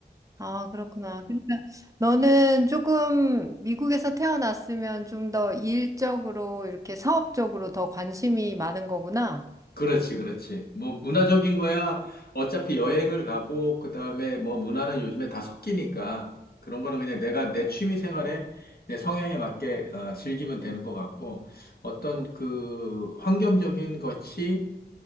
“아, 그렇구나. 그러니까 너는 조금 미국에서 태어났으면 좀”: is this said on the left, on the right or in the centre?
Right